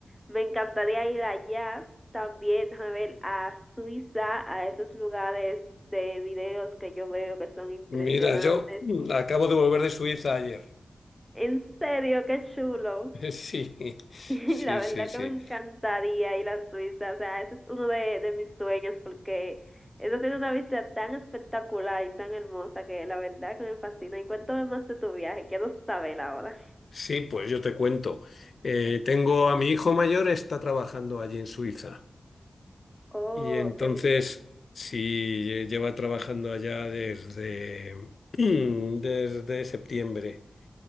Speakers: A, in the centre; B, on the left.
A: me encantaría ir allá también, a ver, a Suiza, a esos lugares de videos que yo veo que son impresionantes.
B: Mira, yo <clears throat> mm, acabo de volver de Suiza ayer.
A: En serio, qué chulo.
B: <laughs>
A: <laughs>
B: Sí,
A: Y
B: sí,
A: la verdad
B: sí, sí.
A: que me encantaría ir a Suiza. O sea, ese es uno de, de mis sueños porque eso tiene una vista tan espectacular y tan hermosa que la verdad que me fascina. Y cuéntame más de tu viaje, quiero saber ahora.
B: Sí, pues yo te cuento. Eh, tengo a mi hijo mayor, está trabajando allí en Suiza.
A: Oh,
B: Y entonces,
A: qué bien,
B: sí, lle- lleva trabajando allá desde, <clears throat> desde septiembre.